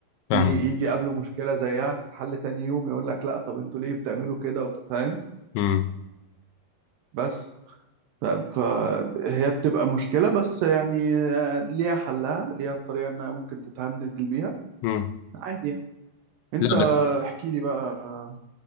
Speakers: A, on the right; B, on the left.
A: تيجي
B: فاهم
A: يجي قبله مشكله زيها تتحل تاني يوم يقول لك لا طب انتوا ليه بتعملوا كده وبت- فاهم
B: امم
A: بس ف- فهي بتبقى مشكلة بس يعني آه، ليها حلها ليها طريقة انها ممكن تتهندل بيها
B: امم
A: عادي يعني انت
B: لا
A: احكي لي بقى آه،